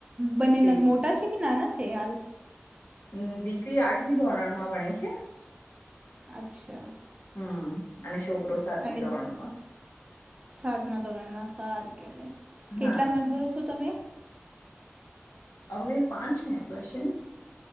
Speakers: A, on the right; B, on the left.
A: બંનેના
B: તે
A: મોટા છે કે નાના છે હાલ.
B: હમ દીકરી આઠમી ધોરણમાં ભણે છે.
A: અચ્છા
B: હમ અને છોકરો સાતવી
A: અને
B: દોરણો માં
A: સાતમા ધોરણ માં સારું કેવાય કેટલા
B: હા
A: મેમ્બરો છો, તમે
B: અમે પાંચ મેમ્બર્સ છેને